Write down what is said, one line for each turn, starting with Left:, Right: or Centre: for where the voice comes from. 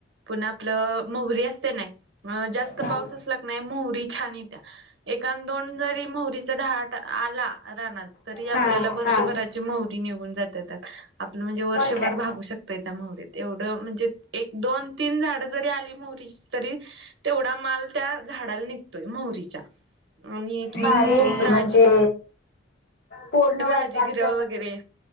Right: पण आपलं मोहरी असते नाही जास्त
Left: हां
Right: पाऊस असला क नाही मोहरी छान येत्या. एकानं दोन जरी मोहरीचा ढाट आला रानात तरी आपल्याला
Left: हां
Right: वर्षभराची
Left: हां
Right: मोह निघुन जाते आता आप म्हेणजे
Left: हो
Right: वर्भर
Left: काय
Right: बागुश. त्या मोहरीत एवढं म्हणजे एक दोन तीन झाडं जरी आली मोहरी तरी तेवढा माल त्या झाडाला निघतोय मोहरीच्या. आणि तुम्हाला
Left: भारी
Right: सांगतो
Left: आहे की.
Right: राजे.
Left: म्हणजे पूर्ण
Right: राजगिर
Left: वर्षाचं
Right: वगैरे